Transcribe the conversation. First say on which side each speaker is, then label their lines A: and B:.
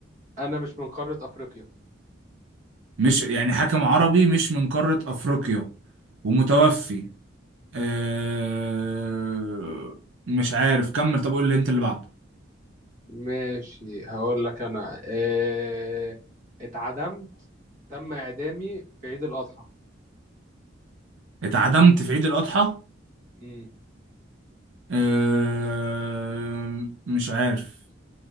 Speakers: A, on the right; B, on the right.
A: انا مش من قارة افريقيا
B: مش يعني حاكم عربي مش من قارة أفريقيا ومتوفي
A: مم.
B: أه... مش عارف كمل طب قول لي انت اللي بعده
A: ماشي هقول لك انا آه اتعدمت تم اعدامي في عيد الاضحى
B: اتعدمت في عيد الأضحى
A: مم.
B: أه... مش عارف